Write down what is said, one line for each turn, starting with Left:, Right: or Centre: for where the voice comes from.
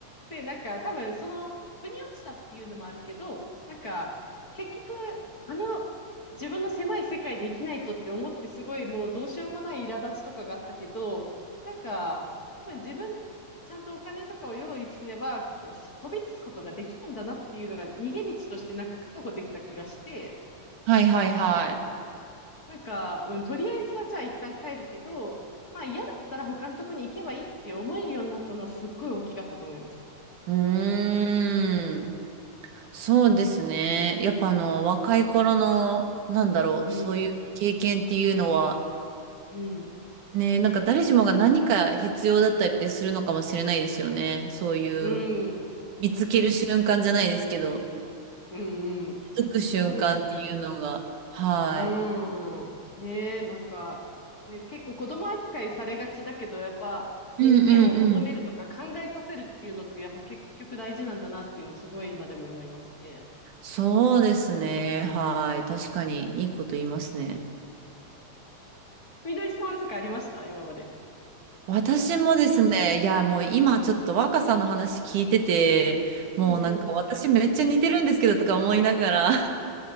Left: で、なんか多分その、腑に落ちたっていうのもあるけど、なんか、結局、あの、自分の狭い世界で生きないとって思ってすごいもうどうしようもない苛立ちとかがあったけど、なんか、多分自分でちゃんとお金とかを用意すれば、そそ飛び出すことができるんだなっていうのが逃げ道としてなんか確保できた気がして、
Right: はいはいはい。
Left: なんか、うん、とりあえずはじゃあ一旦帰るけど、まあ嫌だったら他のとこに行けばいいって思えるようになったのはすっごい大きかったと思います。
Right: うーん。そうですね。やっぱあの、若い頃の、なんだろう、
Left: うん、
Right: そういう経験っていうのは、
Left: うん。
Right: ね、なんか誰しもが何か必要だったりするのかもしれないですよね。そういう、
Left: うん。
Right: 見つける瞬間じゃないですけど、
Left: うんうん。
Right: 気づく瞬間っていうのが。
Left: そうですね。
Right: はい。
Left: うん。ねえ、なんか、ね、結構子供扱いされがちだけど、やっぱ、
Right: うんうんうん。
Left: ね、意見を求めるとか考えさせるっていうのって、やっぱ結局大事なんだなっていうの、すごい今でも思いますね。
Right: そうですね。はい。確かに、いいこと言いますね。
Left: うんみのりさんは何かありました今まで。
Right: 私もですね、いや、もう今ちょっと若さんの話聞いてて、もうなんか私めっちゃ似てるんですけどとか思いながら、
Left: うんうん。
Right: <laughs>